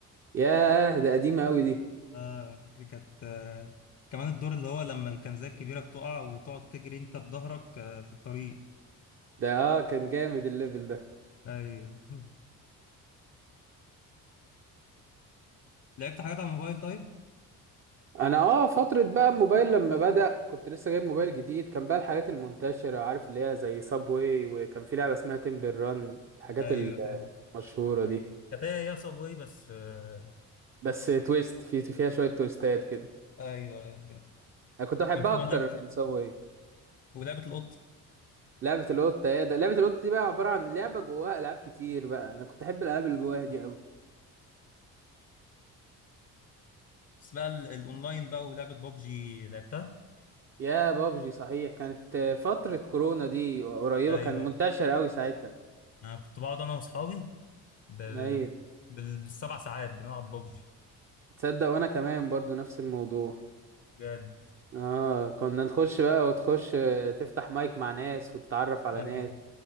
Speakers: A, on the right; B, on the left.
A: ياه ده قديمه قوي دي
B: آه دي كانت آه كمان الدور اللي هو لما الكنزات الكبيره بتقع وتقعد تجري انت بظهرك آه في الطريق
A: ده اه كان جامد الليفل ده
B: ايوه <laughs> لعبت حاجات على الموبايل طيب
A: انا اه فتره بقى الموبايل لما بدأ كنت لسه جايب موبايل جديد كان بقى الحاجات المنتشره عارف اللي هي زي سابوي وكان في لعبه اسمها تمبل ران الحاجات
B: ايوه كان-
A: المشهوره دي
B: ايوه كانت هي يا صابواي بس آه،
A: بس تويست في فيها شويه تويستات كده
B: ايوه
A: انا كنت بحبها
B: كان في كمان
A: اكتر
B: لعبه
A: من سابوي
B: ولعبه القط
A: لعبة القطة يا ده لعبة القطة دي بقى عبارة عن لعبة جواها ألعاب كتير بقى أنا كنت أحب الألعاب اللي جواها دي أوي
B: بس بقى ال- الاونلاين بقى ولعبة بابجي لعبتها
A: يا بابجي صحيح كانت آه، فترة كورونا دي قريبة
B: ايوه
A: كان منتشر أوي ساعتها
B: انا كنت بقعد انا واصحابي بال...
A: أيوة
B: بال... بالسبع ساعات بنلعب بابجي
A: تصدق وأنا كمان برضو نفس الموضوع
B: بجد
A: آه كنا نخش بقى وتخش آه، تفتح مايك مع ناس وتتعرف على
B: ايوه
A: ناس